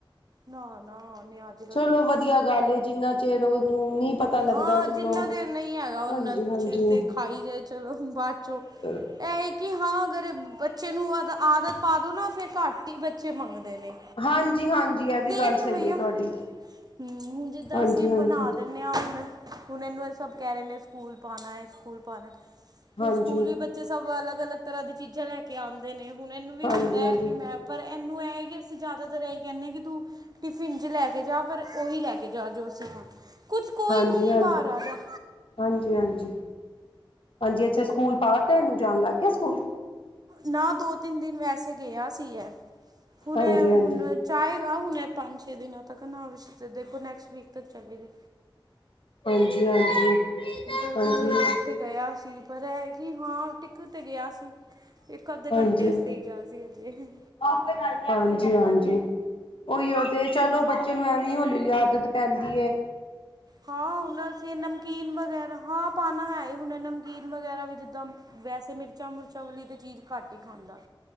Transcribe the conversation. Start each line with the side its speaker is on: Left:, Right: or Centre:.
Right: ਨਾ ਨਾ ਨਿਆਜ
Left: ਚਲੋ ਵਧੀਆ ਗੱਲ ਏ ਜਿੰਨਾ ਚਿਰ ਉਹਨੂੰ ਨੀ ਪਤਾ ਲੱਗਦਾ
Right: ਹਾਂ
Left: ਚਲੋ
Right: ਜਿੰਨਾ ਦੇਰ ਨਹੀਂ ਹੈਗਾ ਓਨਾ
Left: ਹਾਂਜੀ ਹਾਂਜੀ
Right: ਚਿਰ ਤੇ ਖਾਈ ਜਾਏ ਚਲੋ ਬਾਅਦ ਚੋਂ
Left: ਫਿਰ
Right: ਇਹ ਕਿ ਹਾਂ ਅਗਰ ਬੱਚੇ ਨੂੰ ਆਦ ਆਦਤ ਪਾ ਦਿਉ ਨਾ ਫਿਰ ਘੱਟ ਹੀ ਬੱਚੇ ਮੰਗਦੇ ਨੇ
Left: ਹਾਂਜੀ ਹਾਂਜੀ ਇਹ ਵੀ
Right: ਦੇ
Left: ਗੱਲ
Right: ਰਹੀ
Left: ਸਹੀ
Right: ਹੂੰ ਭਈਆ
Left: ਹੈ ਤੁਹਾਡੀ
Right: ਹਮ ਜਿੱਦਾਂ
Left: ਹਾਂਜੀ
Right: ਅਸੀਂ
Left: ਹਾਂਜੀ
Right: ਬਣਾ ਇੰਨੇ ਆ ਹੁਣ ਹੁਣ ਇਹਨੂੰ ਇਹ ਸਭ ਕਹਿ ਰਹੇ ਨੇ ਸਕੂਲ ਪਾਉਣਾ ਹੈ ਸਕੂਲ ਪਾਉਣਾ
Left: ਹਾਂਜੀ
Right: ਹੁਣ ਸਕੂਲ ਵੀ ਬੱਚੇ ਸਭ ਅਲੱਗ ਅਲੱਗ ਤਰ੍ਹਾਂ ਦੀ ਚੀਜ਼ਾਂ ਲੈ ਕੇ ਆਉਂਦੇ ਨੇ ਹੁਣ ਇਹਨੂੰ ਵੀ
Left: ਹਾਂਜੀ
Right: ਹੁੰਦਾ
Left: ਹਾਂਜੀ ਹਾਂਜੀ
Right: ਹੈ ਕਿ ਮੈਂ ਪਰ ਇਹਨੂੰ ਇਹ ਕਿ ਅਸੀਂ ਜ਼ਿਆਦਾਤਰ ਇਹੀ ਕਹਿੰਦੇ ਹਾਂ ਕਿ ਤੂੰ ਟਿਫਨ 'ਚ ਲੈ ਕੇ ਜਾ ਪਰ ਉਹੀ ਲੈ ਕੇ ਜਾ ਜੋ ਅਸੀਂ ਖਾਂ ਕੁਝ ਕੋਈ
Left: ਹਾਂਜੀ
Right: ਨਹੀਂ
Left: ਹਾਂਜੀ
Right: ਹੈ ਬਾਹਰ ਆ ਜਾ
Left: ਹਾਂਜੀ ਹਾਂਜੀ ਹਾਂਜੀ ਅੱਛਾ ਸਕੂਲ ਪਾ ਤੇ ਨ ਜਾਣ ਲੱਗ ਗਿਆ ਸਕੂਲ
Right: ਨਾ ਦੋ ਤਿੰਨ ਦਿਨ ਵੈਸੇ ਗਿਆ ਸੀ ਹੈ ਹੁਣੇ
Left: ਹਾਂਜੀ ਹਾਂਜੀ
Right: ਹੁਣ ਚਾਹੇਗਾ ਹੁਣ ਪੰਜ ਛੇ ਦਿਨਾਂ ਤੱਕ ਨਾ ਵਿਸ਼ ਦੇਖੋ ਨੈਕਸਟ ਵੀਕ ਤੱਕ ਚਲੇ ਗਈ
Left: ਹਾਂਜੀ ਹਾਂਜੀ
Right: ਦੋ
Left: ਹਾਂਜੀ
Right: ਤਿੰਨ ਦਿਨ ਵਾਸਤੇ ਗਿਆ ਸੀ ਪਰ ਇਹ ਕਿ ਹਾਂ ਟਿਕ ਤੇ ਗਿਆ ਸੀ। ਇੱਕ ਅੱਧੇ
Left: ਹਾਂਜੀ
Right: ਘੰਟੇ ਵਾਸਤੇ ਹੀ ਗਿਆ ਸੀ ਹਜੇ
Left: <unintelligible> ਹਾਂਜੀ ਹਾਂਜੀ ਉਹੀਓ ਤੇ ਚਲੋ
Right: ਹੁਣ
Left: ਬੱ <unintelligible> ਐਵੇਂ ਹੁੰਦੀ ਆਦਤ ਪੈਂਦੀ ਐ
Right: ਹਾਂ ਹੁਣ ਅਸੀਂ ਨਮਕੀਨ ਵਗੈਰਾ ਹਾਂ ਪਾਣਾ ਹੈ ਹੁਣ ਨਮਕੀਨ ਵਗੈਰਾ ਵੀ ਜਿੱਦਾਂ ਵੈਸੇ ਮਿਰਚਾਂ ਮਿਰਚਾਂ ਵਾਲੀ ਤਾਂ ਚੀਜ਼ ਘੱਟ ਹੀ ਖਾਂਦਾ